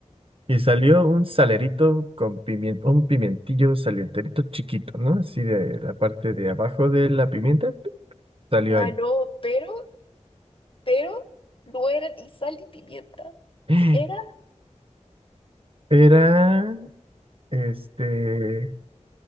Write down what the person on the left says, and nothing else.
Ah,
no, pero, pero no era ni sal ni pimienta.
Era,